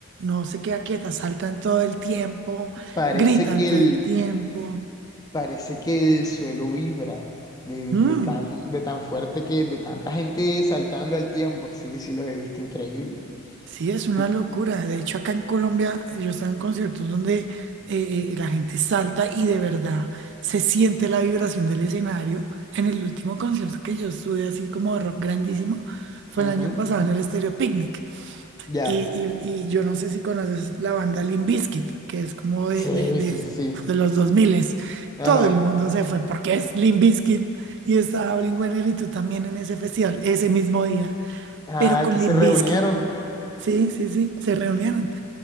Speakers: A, on the right; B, on the left.
A: no se queda quieta, saltan todo el tiempo,
B: Parece
A: gritan
B: que
A: todo
B: el,
A: el tiempo.
B: parece que el suelo vibra de,
A: Mm,
B: de tan, de tan fuerte que, de tanta gente saltando al tiempo. Sí, sí, los he visto increíble.
A: sí, es una
B: De-
A: locura. De hecho, acá en Colombia yo estaba en conciertos donde eh, eh, la gente salta y de verdad se siente la vibración del escenario. En el último concierto que yo estuve así como de rock grandísimo fue
B: ujú,
A: el año pasado en el Estéreo Picnic.
B: Ya.
A: Y, y- y yo no sé si conoces la banda Limp Bizkit, que es como de,
B: Sí,
A: de, de,
B: sí, sí, sí.
A: de los 2000.
B: Ajá.
A: Todo el mundo se fue porque es Limp Bizkit y estaba Blink-182 también en ese festival, ese mismo día,
B: Ay,
A: pero con
B: que
A: Limp
B: se reunieron.
A: Bizkit. Sí, sí, sí, se reunieron.